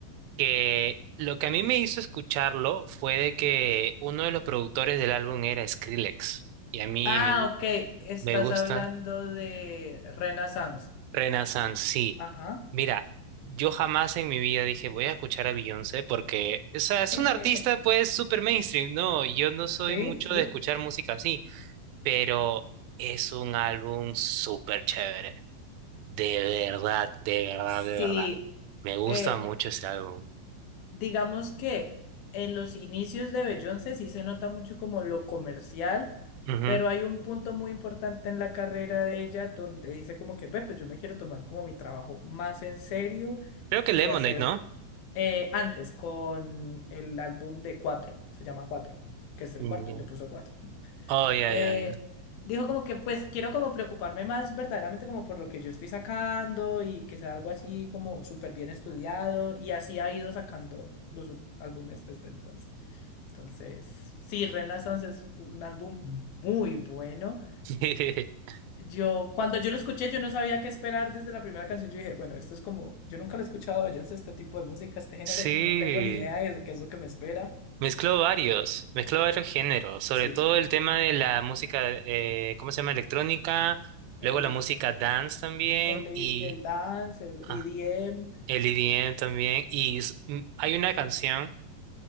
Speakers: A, on the right; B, on the left.
A: que lo que a mí me hizo escucharlo fue de que uno de los productores del álbum era Skrillex. Y a mí
B: Ah,
A: me, gu-
B: ok, estás
A: me gusta
B: hablando de Renaissance.
A: Renaissance, sí.
B: ajá.
A: Mira, yo jamás en mi vida dije voy a escuchar a Beyoncé porque, o sea, es
B: <laughs>
A: un artista pues súper mainstream, ¿no? Yo no soy
B: Sí,
A: mucho
B: sí.
A: de escuchar música así. pero es un álbum súper chévere. De verdad, de verdad,
B: Sí,
A: de verdad. Me gusta
B: eh,
A: mucho ese álbum.
B: Digamos que en los inicios de Beyoncé sí se nota mucho como lo comercial,
A: Ujú.
B: pero hay un punto muy importante en la carrera de ella donde dice como que, ve, pues yo me quiero tomar como mi trabajo más en serio
A: Creo que
B: y
A: Lemonade,
B: hacer
A: ¿no?
B: eh, antes con el álbum de Cuatro, se llama Cuatro, que es el
A: Mm,
B: cuarto
A: ya.
B: y le puso Cuatro
A: Oh, ya,
B: eh,
A: ya, ya.
B: dijo como que pues quiero como preocuparme más verdaderamente como por lo que yo estoy sacando y que sea algo así como súper bien estudiado y así ha ido sacando los ú- álbumes desde entonces. Entonces, sí, Renaissance es un álbum muy bueno.
A: <laughs>
B: Yo, cuando yo lo escuché, yo no sabía qué esperar desde la primera canción. Yo dije, bueno, esto es como, yo nunca lo he escuchado, yo no sé este tipo de música, este género,
A: Sí,
B: no tengo ni idea de qué es lo que me espera.
A: mezcló varios, mezcló varios géneros, sobre
B: Sí,
A: todo el tema de la música, eh, ¿cómo se llama? Electrónica, luego
B: el,
A: la música dance también
B: el,
A: y
B: el dance, el
A: ah,
B: EDM.
A: el EDM también. Y s- m- hay una canción.